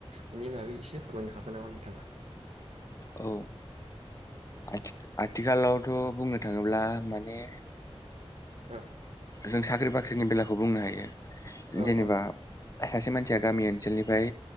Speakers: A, on the right (about 90°); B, on the left (about 30°).
A: बेनि बागै एसे फोरमायनो हागोन नामा नोंथाङा?
B: औ ओ आथि-आथिखालावथ' बुंनो थाङोब्ला माने
A: औ।
B: जों साख्रि बाख्रिनि बेलाखौ बुंनो हायो
A: औ
B: जेनेबा
A: औ
B: सासे मानसिया गामि ओनसोलनिफाय